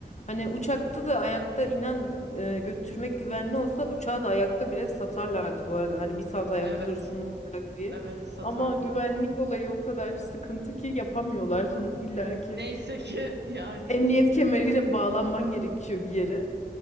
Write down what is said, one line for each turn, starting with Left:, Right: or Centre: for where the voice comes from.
Left: Hani uçakta da ayakta inan e, götürmek güvenli olsa uçağı da ayakta bile satarlardı bu arada. Hani bir saat ayakta
Right: Evet,
Left: dursun ne olacak diye.
Right: evet satarlardı.
Left: Ama güvenlik olayı o kadar sıkıntı ki yapamıyorlar <laughs> bunu. İlla ki
Right: Neyse ki <laughs> yani.
Left: emniyet kemeriyle bağlanman gerekiyor bir yere.